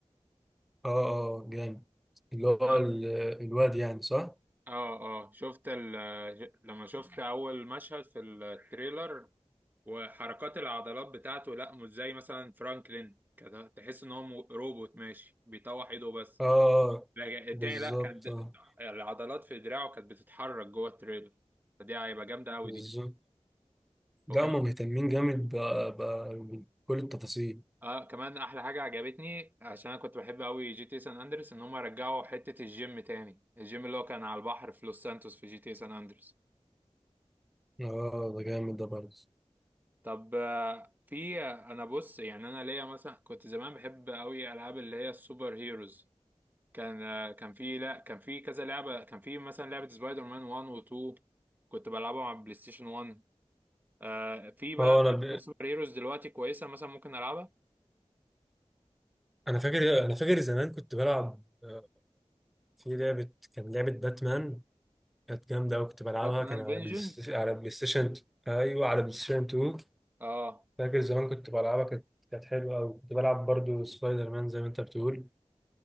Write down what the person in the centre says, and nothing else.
اه اه جامد اللي هو
ال- الواد يعني صح؟ اه
آه،
بالظبط
اه
بالظبط
ده
هما مهتمين جامد ب- ب- بكل التفاصيل
اه آه، ده جامد ده برضه
اه
انا ب...
انا فاكر انا فاكر زمان كنت بلعب آه، في لعبة كان لعبة باتمان كانت جامدة أوي كنت بلعبها
كان على
بلاي ست- على بلاي ستيشن أيوه على بلاي ستيشن 2
فاكر زمان كنت بلعبها كانت كانت حلوة أوي كنت بلعب برضو سبايدر مان زي ما أنت بتقول